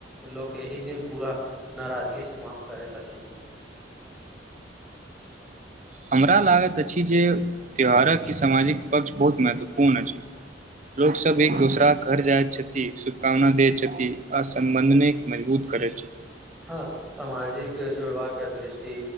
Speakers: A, in the centre; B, on the right.
A: लोक एहि दिन पूरा नाराजगी समाप्त करैत अछि
B: हमरा लागत अछि जे त्योहारक ई सामाजिक पक्ष बहुत महत्वपूर्ण अछि लोकसभ एक दोसराक घर जाइत छथि शुभकामना दैत छथि आ समबन्धन निक मजबूत करैत छथि
A: हँ सामाजिक जुड़बाके दृष्टि